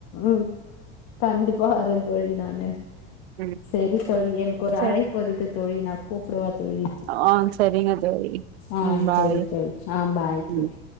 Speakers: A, on the left; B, on the right.
A: உம் கண்டிப்பா வரே தோழி நானு
B: ம்
A: செரி தோழி எனக்கு ஒரு
B: சே
A: அழைப்பு வருது தோழி நா கூப்டுவே தோழி
B: ஆ சரிங்க தோழி
A: ஆ
B: ம் பாய்
A: சரி தோழி அ பாய் தோழி
B: ம்